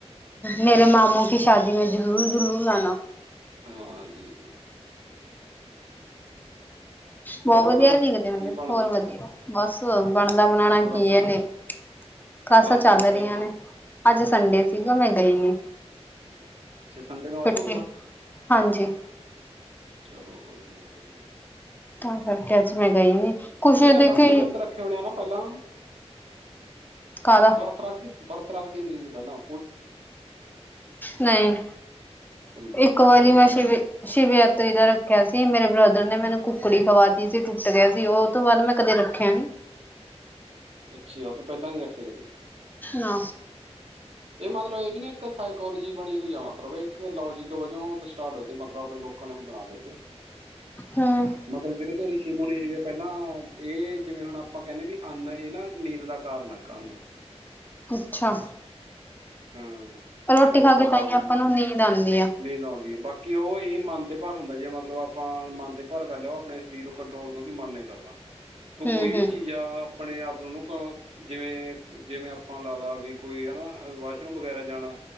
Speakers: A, on the left; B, on the right.
A: ਮੇਰੇ ਮਾਮੂ ਕੀ ਸ਼ਾਦੀ ਮੇ ਜਲੂਲ-ਜਲੂਲ ਆਨਾ।
B: ਹਾਂਜੀ
A: ਬਹੁਤ
B: ਹੋਰ
A: ਵਧੀਆ
B: ਫਿਰ
A: <unintelligible>
B: ਕੀ ਬਣਦਾ
A: ਹੋਰ ਵਧੀਆ ਬਸ ਬਣਨਾ ਬਣਾਉਣਾ
B: ਕਲਾਸਾਂ
A: ਕੀ ਐਨੇ। ਕਲਾਸਾ
B: ਕਲਾਸਸ
A: ਚੱਲ ਰਹੀਆਂ
B: ਕੈਸੇ
A: ਨੇ। ਅੱਜ ਸੰਡੇ
B: ਅੱਛਾ
A: ਸੀਗਾ ਮੈਂ ਗਈ ਨੀ।
B: ਅੱਛਾ, ਸੰਡੇ
A: ਇਕੱਠੇ
B: ਨੂੰ ਆਫ ਹੁੰਦਾ।
A: ਹਾਂਜੀ
B: ਚਲੋ ਵਧੀਆ-ਵਧੀਆ।
A: ਤਾਂ ਕਰਕੇ ਅੱਜ ਮੈਂ ਗਈ ਨੀ। ਕੁਛ
B: ਉਹ ਤੇਨੇ
A: ਦੇਖੀ
B: ਵਰਤ-ਵੁਰਤ ਰੱਖੇ ਹੋਣੇ ਆ ਨਾ ਪਹਿਲਾ।
A: ਕਾਹਦਾ
B: ਵਰਤ ਰੱਖਦੀ, ਵਰਤ ਰੱਖਦੀ ਹੁੰਦੀ ਪਹਿਲਾ।
A: ਨਹੀਂ
B: ਕੰਨ ਲੈ
A: ਇੱਕ ਵਾਰੀ
B: ਝੂਠ
A: ਮੈਂ ਸ਼ਿਵ ਸ਼ਿਵਯਾਤਰੀ ਦਾ ਰਖਿਆ ਸੀ ਮੇਰੇ ਬ੍ਰਦਰ ਨੇ ਮੈਨੂੰ ਕੁੱਕੜੀ ਖਵਾਤੀ ਸੀ ਟੁੱਟ ਗਿਆ ਸੀ ਉਹ ਤੋਂ ਬਾਅਦ ਮੈਂ ਕਦੇ ਰੱਖਿਆ ਨੀ।
B: ਅੱਛੀ ਉਹ ਤਾਂ ਪਹਿਲਾਂ ਹੀ ਰੱਖੇ ਕਦੀ।
A: ਨਾ
B: ਏ ਮਤਲਬ ਏ ਵੀ ਨਾ ਇੱਕ ਸਾਈਕੋਲੋਜੀ ਬਣੀ ਹੋਈ ਆ ਮਤਲਬ ਕੇ ਲੋਜਿਕ ਵਜੋਂ ਜੇ ਸਟਾਰਟ ਹੋਏ ਤੇ ਮਤਲਬ ਏ ਲੋਕਾਂ ਨੇ ਉਹ ਬਣਾ ਲਏ ਇਹ।
A: ਹਮ
B: ਮਤਲਬ ਜਿਹੜੇ ਕਿ ਰਿਸ਼ੀ ਮੁਨੀ ਸੀਗੇ ਪਹਿਲਾ ਇਹ ਜਿਵੇਂ ਹੁਣ ਆਪਾਂ ਕਹਿੰਦੇ ਵੀ ਅੰਨ ਇਹ ਨਾ ਨੀਂਦ ਦਾ ਕਾਰਨ ਹੈ ਕੰਨ।
A: ਅੱਛਾ
B: ਹਾਂ
A: ਰੋਟੀ
B: ਸ਼ਾਇਦ
A: ਖਾ
B: ਪਤਾ
A: ਕੇ ਤਾਂ ਹੀ
B: ਹੋਵੇ
A: ਆਪਾਂ ਨੂੰ ਨੀਂਦ ਆਂਦੀ ਐ।
B: ਨੀਂਦ ਬਾਕੀ ਉਹ ਇਹ ਮਨ ਤੇ ਭਾਰ ਹੁੰਦਾ ਜੇ ਮਤਲਬ ਆਪਾਂ ਮਨ ਤੇ ਭਾਰ ਕਰ ਲਿਆ ਆਪਣੇ ਸਰੀਰ ਨੂੰ ਕੰਟਰੋਲ ਕਿਉਂਕਿ ਮਨ ਨੇ ਕਰਨਾ। ਤੂੰ
A: ਹਮ
B: ਕੋਈ ਵੀ
A: ਹਮ
B: ਚੀਜ਼ ਆ ਆਪਣੇ ਆਪ ਨੂੰ ਜਿਵੇਂ-ਜਿਵੇਂ ਆਪਾਂ ਲ ਲਾ ਵੀ ਹੈਨਾ ਵਾਸ਼ਰੂਮ ਵਗੈਰਾ ਜਾਣਾ